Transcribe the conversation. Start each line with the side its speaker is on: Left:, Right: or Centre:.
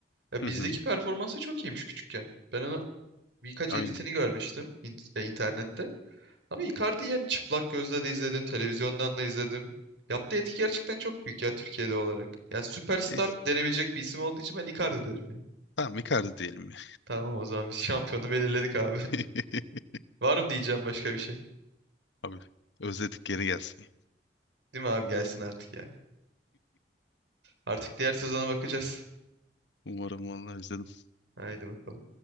Right: Ya
Left: Hı
Right: bizdeki
Left: hı.
Right: performansı çok iyiymiş küçükken. Ben onu birkaç
Left: Aynen.
Right: editini görmüştüm int- e, internette. Ama Icardi yani çıplak gözle de izledim, televizyondan da izledim. Yaptığı etki gerçekten çok büyük ya Türkiye'de olarak. Yani süperstar
Left: Neyse.
Right: denebilecek bir isim olduğu için ben Icardi derim ya.
Left: Tamam Icardi diyelim ya.
Right: Tamam o zaman biz şampiyonu belirledik abi.
Left: <laughs>
Right: <laughs> Var mı diyeceğim başka bir şey?
Left: Abi özledik geri gelsin.
Right: Değil mi abi gelsin artık ya. Artık diğer sezona bakacağız.
Left: Umarım vallahi özledim.
Right: Haydi bakalım.